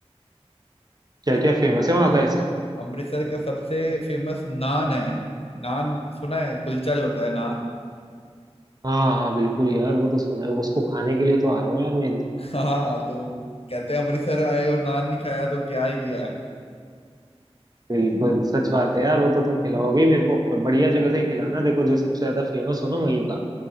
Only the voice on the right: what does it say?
क्या
क्या
फेमस है वहाँ का ऐसे
हाँ हाँ बिल्कुल यार वो तो सुना है उसको खाने के लिए तो आ रहा हूँ यार मैं तो
बिल्कुल सच बात है यार वो तो तुम खिलाओगे ही मेरे को और बढ़िया जगह से ही खिलाना देखो जो सबसे ज्यादा फेमस हो ना वहीं का